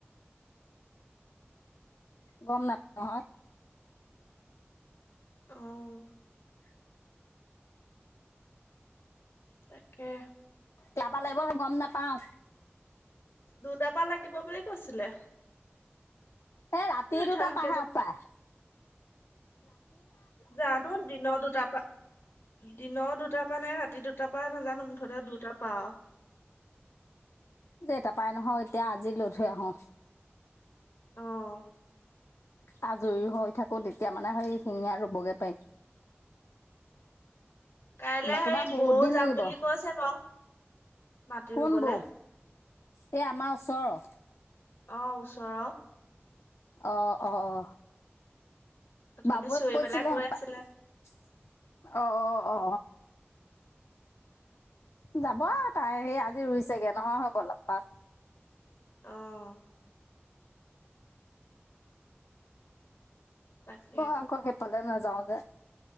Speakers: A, on the left; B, on the left.
A: গম নাপায় হ
B: অ তাকে
A: লাবা লাগিব গম নাপাও
B: দুটাৰ পৰা লাগিব বুলি কৈছিলে।
A: এ ৰাতি
B: ৰিঠাহকে
A: দুটা পাহে
B: যাক
A: পাহ
B: জানো দিনৰ দুটা দিনৰ দুটাৰ পৰা নে ৰাতি দুটাৰ পৰা নাজানো মুঠতে দুটাৰ পৰা আৰু। <inaudible>
A: যে এটা পাই নহয় এতিয়া আজি লৈ থৈ আহো
B: আহ
A: আজৰি হৈ থাকো তেতিয়া মানে সেই শিঙীয়া ৰুবগে পাৰিম।
B: কাইলে
A: নতুবা
B: সেই
A: বহুত
B: বৌ
A: দিন
B: যাম
A: লাগিব
B: বুলি কৈছে বাও। মাটি
A: কোন
B: ৰুবলে।
A: বৌ এই আমাৰ ওচৰৰ।
B: আহ ওচৰ
A: অঁ অঁ অ
B: অথনি
A: বাবুৱে
B: চিঞৰি
A: কৈছিলে
B: পেলাই কৈ
A: হপায়
B: আছিলে
A: অ অ অ যাব তাই সেই আজি ৰুইছেগে নহয় বলপ পাত
B: আহ তাকে
A: অ অকৌ খেই পালে নাযাওঁ যে